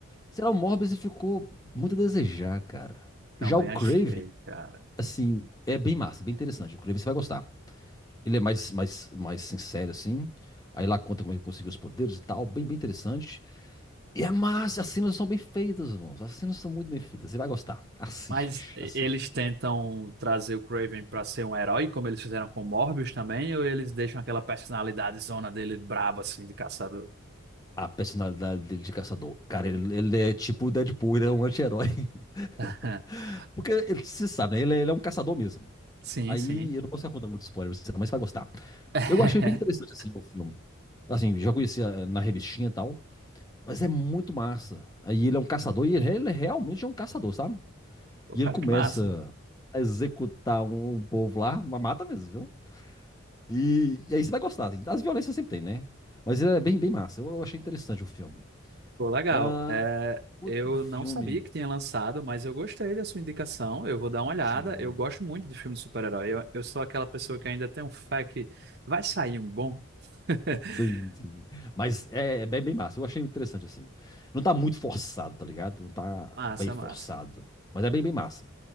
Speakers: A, on the left; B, on the right.
A: Sei lá, o Morbius ficou muito a desejar, cara.
B: também
A: Já o Craven,
B: achei, cara.
A: assim, é bem massa, bem interessante. O Craven você vai gostar. Ele é mais, mais, mais sincero, assim. Aí lá conta como é que conseguiu os poderes e tal. Bem, bem interessante. E é massa, as cenas são bem feitas, irmãos. As cenas são muito bem feitas. Você vai gostar. Assiste,
B: Mas e-
A: assiste.
B: eles tentam trazer o Craven pra ser um herói, como eles fizeram com o Morbius também, ou eles deixam aquela personalidade zona dele braba, assim, de caçador?
A: a personalidade dele de caçador. Cara, ele, ele é tipo o Deadpool, ele é um anti-herói.
B: <laughs>
A: <laughs> Porque ele, você sabe, né? Ele, é- ele é um caçador mesmo.
B: Sim,
A: Aí
B: sim.
A: eu não posso ficar contando muito spoiler, pra você, mas você vai gostar.
B: <laughs>
A: Eu achei bem interessante assim, o filme. Assim, já conhecia eh, na revistinha e tal, mas é muito massa. Aí ele é um caçador e ele, ele realmente é um caçador, sabe?
B: Pô,
A: E
B: cara,
A: ele começa
B: que massa.
A: a executar um, um povo lá, mas mata mesmo, viu? E, e aí você vai gostar, assim. As violências sempre tem, né? Mas ele é bem, bem massa. Eu, eu achei interessante o filme.
B: Pô, legal.
A: Ah,
B: É,
A: outro
B: eu
A: filme.
B: não sabia que tinha lançado, mas eu gostei da sua indicação. Eu vou dar uma olhada.
A: Sim.
B: Eu gosto muito de filme de super-herói. Eu, eu sou aquela pessoa que ainda tem um fé que vai sair um bom. <laughs>
A: Sim, sim. sim. Mas é, é bem, bem massa. Eu achei interessante, assim. Não tá muito forçado, tá ligado? Não tá
B: Massa,
A: bem forçado.
B: massa.
A: Mas é bem, bem massa.